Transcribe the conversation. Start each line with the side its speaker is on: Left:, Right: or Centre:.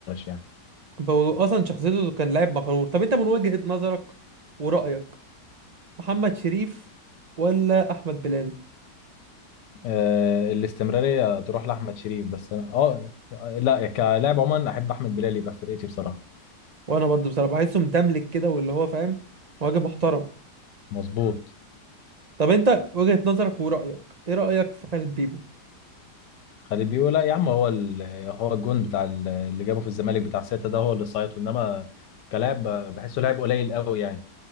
Left: يعني
Right: هو اصلا شخصيته كان لاعب مغرور طب انت من وجهة نظرك ورايك محمد شريف ولا احمد بلال
Left: آه الاستمراريه تروح لاحمد شريف بس انا اه لا كلاعب عموما احب احمد بلال يبقى في فرقتي بصراحه
Right: وانا برضو بصراحه بحسه مدملك كده واللي هو فاهم مواجه محترم
Left: مظبوط
Right: طب انت وجهة نظرك ورايك ايه رايك في خالد بيبو
Left: خالد بيقول لا يا عم هو ال... هو الجون بتاع ال- اللي جابه في الزمالك بتاع سته ده هو اللي صايته انما كلاعب بحسه لاعب قليل قوي يعني